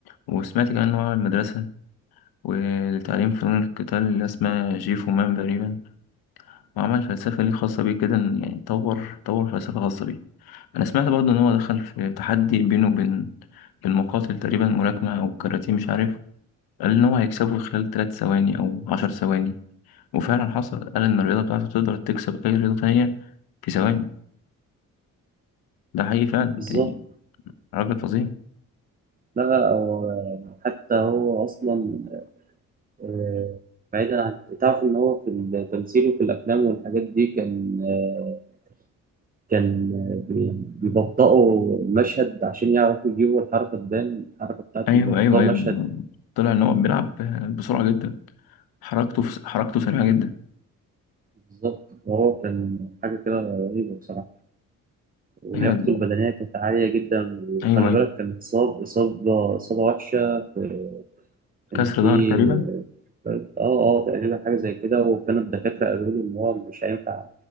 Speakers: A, on the left (about 75°); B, on the right (about 25°).
A: وسمعت كمان إن هو على المدرسة ولتعليم فنون القتال اللي اسمها جيفو مان تقريبا وعمل فلسفة ليه خاصة بيه كده إن- يعني طور طور فلسفة خاصة بيه أنا سمعت برضه إن هو دخل في تحدي بينه وبين بين مقاتل تقريبا ملاكمة أو كاراتيه مش عارف قال إن هو هيكسبه خلال تلات ثواني أو عشر ثواني وفعلا حصل قال إن الرياضة بتاعته تقدر تكسب أي رياضة تانية في ثواني ده حقيقي فعلا
B: بالظبط
A: يعني راجل فظيع
B: لا أو آه، حتى هو أصلا آه، بعيدا عن تعرف إن هو في التمثيل وفي الأفلام والحاجات دي كان آه، كان بي- بيبطئوا المشهد عشان يعرفوا يجيبوا الحركة تبان الحركة بتاعته
A: أيوه
B: بيبطئوا
A: أيوه أيوه
B: المشهد
A: طلع إن هو بيلعب بسرعة جدا حركته في... حركته سريعة جدا
B: بالظبط وهو كان حاجة كده رهيبة بصراحة ولياقته
A: أيوه
B: البدنية كانت عالية جدا وخلي
A: أيوه أيوه
B: بالك كان اتصاب إصابة إصابة وحشة في كان
A: كسر
B: في
A: ظهر تقريبا
B: اه اه تقريبا حاجة زي كده وكان الدكاترة قالوا له إن هو مش هينفع